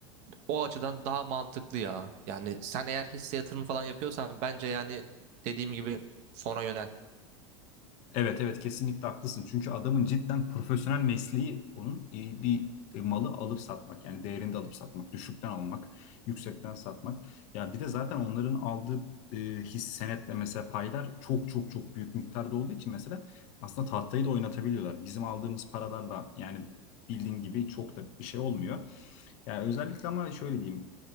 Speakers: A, on the right; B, on the left.
A: O açıdan daha mantıklı ya. Yani sen eğer hisse yatırımı falan yapıyorsan bence yani dediğim gibi fona yönel.
B: Evet evet kesinlikle haklısın. Çünkü adamın cidden profesyonel mesleği onun e, bir e, malı alıp satmak yani değerinde alıp satmak, düşükten almak, yüksekten satmak. Ya bir de zaten onların aldığı e, his senetle mesela paylar çok çok çok büyük miktarda olduğu için mesela aslında tahtayı da oynatabiliyorlar. Bizim aldığımız paralarla yani bildiğin gibi çok da bir şey olmuyor. Yani özellikle ama şöyle diyeyim